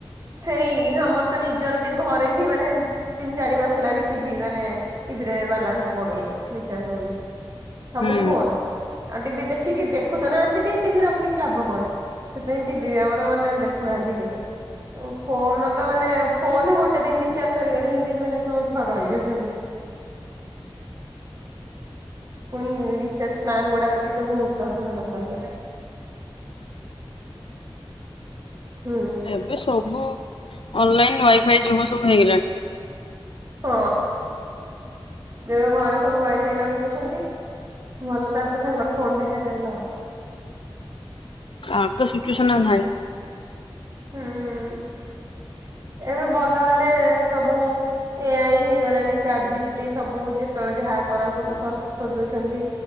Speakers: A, on the right; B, on the left.
A: ସେଇ ଆମର ତ ନିଜର ବି ଘରେ ବି ମାନେ ତିନି ଚାରି ମାସ ହେଲାଣି ଟିଭି ମାନେ ଟିଭିରେ ବାଲାନ୍ସ ପଡୁନି ରିଚାଜ୍ ହଉନି। ସବୁ
B: ହୁଁ
A: ଫୋନ ଆଉ ଟିଭି ଦେଖିକି ଦେ ଖୁତ ନାହାନ୍ତି କେହି ଟିଭି ରଖିକି ଲାଭ କଣ ସେଥିପାଇଁ ଟିଭି ଆମର ମାନେ ଦେଖୁନାହାନ୍ତି କେଇ। ଆଉ ଫୋନ ତ ମାନେ ଫୋନ ଗୋଟେ ଦିନ ରିଚାର୍ଜ ସରିଗଲେ ଯେନ୍ତି ମାନେ ସମସ୍ତେ ପାଗଳ ହେଇଯାଉଛନ୍ତି। ପୁଣି ରିଚାର୍ଜ ପ୍ଲାନ୍ ଗୁଡାକ ବି ତ ବହୁତ ଅଧିକ ଟଙ୍କା ବି। ହୁଁ
B: ଏବେ ସବୁ ଅନଲାଇନ ୱାଇ ଫାଇ ଯୁଗ ସବୁ ହେଇଗଲାଣି।
A: ହଁ ଏବେ ଘରେ ସବୁ ୱାଇଫାଇ ଲଗେଇ ଦଉଛନ୍ତି। ଭଲ ତାପରେ ତାଙ୍କର ଫୋନ ଦେଖା ଚାଲିଲା ଆଉ।
B: ଆଗ ସିଚୁଏସନ ଆଉ ନାହିଁ।
A: ହୁଁ ଏବେ ଭଲ ହେଲେ ସବୁ ଏ ଆଇ ହେଇଗଲାଣି ଚାଟ ଜିପିଟି ସବୁ ଯେତବେଳେ ଯାହା କର ସବୁ ସର୍ଚ୍ଚ କରିଦଉଛନ୍ତି।